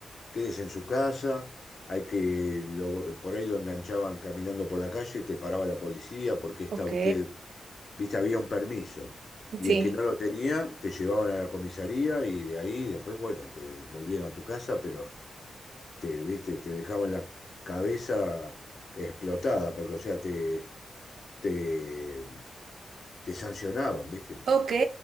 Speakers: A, on the left; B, on the right.
A: quédese en su casa, hay que, lo- por ahí lo enganchaban caminando por la calle, te paraba la policía, porque está
B: Ok,
A: usted, viste, había un permiso. Y
B: sí,
A: el que no lo tenía, te llevaban a la comisaría y de ahí después, bueno, te volvían a tu casa, pero te, viste, te dejaban la cabeza explotada, porque, o sea, te, te te sancionaban, ¿viste?
B: ok.